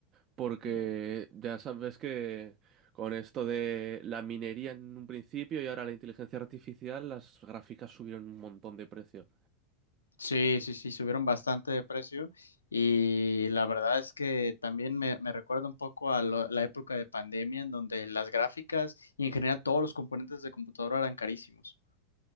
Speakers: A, on the right (about 40°); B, on the left (about 85°).
A: porque
B: Oh.
A: ya sabes que con esto de la minería en un principio y ahora la inteligencia artificial, las gráficas subieron un montón de precio.
B: Sí, sí, sí, subieron bastante de precio y la verdad es que también me, me recuerda un poco a lo- la época de pandemia en donde las gráficas y en general todos los componentes de computadora eran carísimos.